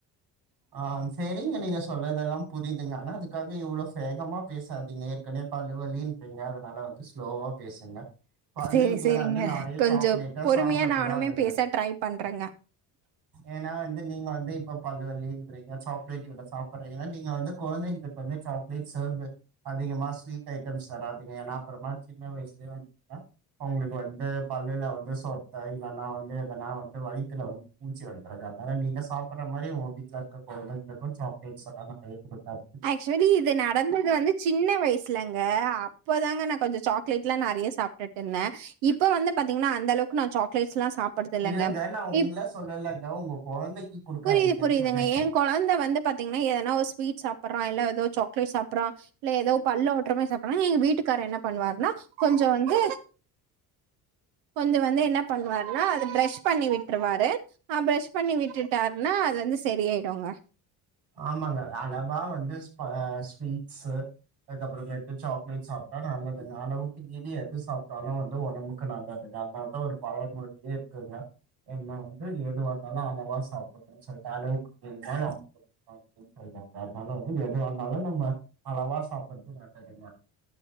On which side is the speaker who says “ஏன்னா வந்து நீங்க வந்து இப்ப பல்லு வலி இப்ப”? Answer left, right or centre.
Right